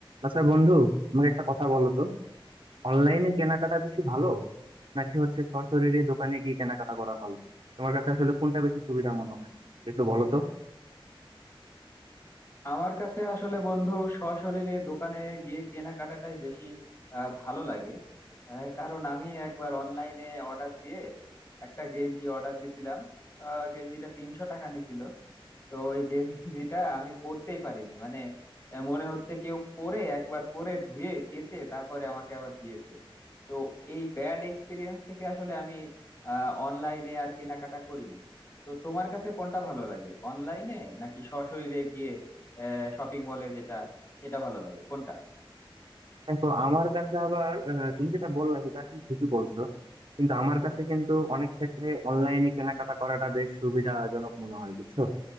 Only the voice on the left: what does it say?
আমার কাছে আসলে বন্ধু সশরীরে দোকানে গিয়ে কেনাকাটাটাই বেশি আহ, ভালো লাগে আহ, কারণ আমি একবার অনলাইনে অর্ডার দিয়ে একটা গেঞ্জি অর্ডার দিছিলাম আহ, গেঞ্জিটা তিনশো টাকা নিছিল তো ওই গেঞ্জিটা <laughs> আমি পরতেই পারিনি মানে আহ, মনে হচ্ছে কেউ পরে একবার পরে ধুয়ে কেচে তারপরে আমাকে আবার দিয়েছে তো এই ব্যাড এক্সপিরিয়েন্স থেকে আসলে আমি আহ অনলাইনে আর কেনাকাটা করি না তো তোমার কাছে কোনটা ভালো লাগে অনলাইনে নাকি সশরীরে গিয়ে আহ শপিং মলে যেটা সেটা ভালো লাগে কোনটা